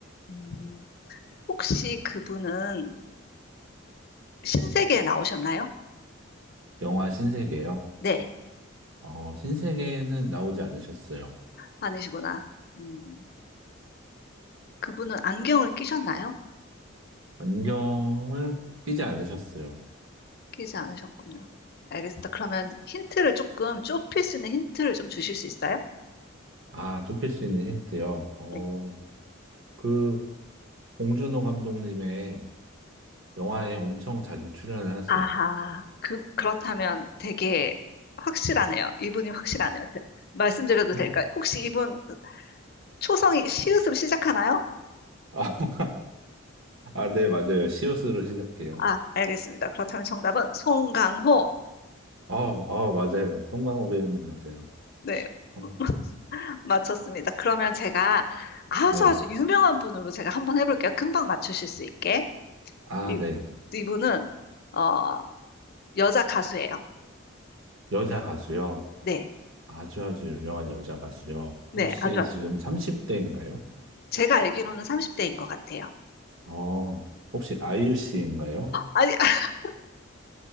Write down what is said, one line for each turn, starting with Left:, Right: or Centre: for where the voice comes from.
Left: 음, 혹시 그분은 신세계에 나오셨나요?
Right: 영화 신세계요.
Left: 네,
Right: 어, 신세계는 나오지 않으셨어요.
Left: 아니시구나. 음, 그분은 안경을 끼셨나요?
Right: 안경을 끼지 않으셨어요.
Left: 끼지 않으셨군요. 알겠습니다. 그러면 힌트를 조금 좁힐 수 있는 힌트를 좀 주실 수 있어요?
Right: 아, 좁힐 수 있는 힌트요. 어,
Left: 네.
Right: 그, 봉준호 감독님의 영화에 엄청 자주 출연을 하세요.
Left: 아하, 그, 그렇다면 되게 확실하네요. 이분이 확실하네요. 제- 말씀드려도
Right: <laughs>
Left: 될까요? 혹시 이분 초성이 시옷으로 시작하나요?
Right: 아, 아, 아, 네, 맞아요. 시옷으로 시작해요.
Left: 아, 알겠습니다. 그렇다면 정답은 송강호.
Right: 어, 어, 맞아요. 송강호 배우님 맞아요.
Left: 네,
Right: 어,
Left: <laughs> 맞췄습니다. 그러면 제가 아주
Right: 네.
Left: 아주 유명한 분으로 제가 한번 해볼게요. 금방 맞추실 수 있게.
Right: 아,
Left: 이,
Right: 네.
Left: 이분은, 어, 여자 가수예요.
Right: 여자 가수요.
Left: 네,
Right: 아주 아주 유명한 여자 가수요.
Left: 네,
Right: 혹시
Left: 아주 아주.
Right: 지금 30대인가요?
Left: 제가 알기로는 30대인 것 같아요.
Right: 어, 혹시 아이유 씨인가요?
Left: 아니, <laughs>